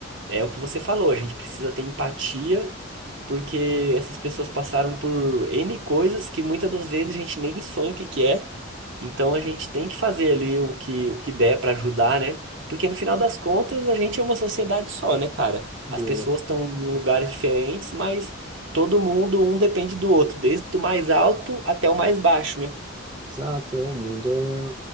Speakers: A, on the right; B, on the right.
A: é o que você falou, a gente precisa ter empatia, porque essas pessoas passaram por N coisas que muitas das vezes a gente nem sonha o que que é. Então a gente tem que fazer ali o que, o que der para ajudar, né? Porque no final das contas a gente é uma sociedade só, né, cara?
B: boa.
A: As pessoas estão em lugares diferentes, mas todo mundo, um depende do outro, desde o mais alto até o mais baixo, né?
B: Exato, é, o mundo é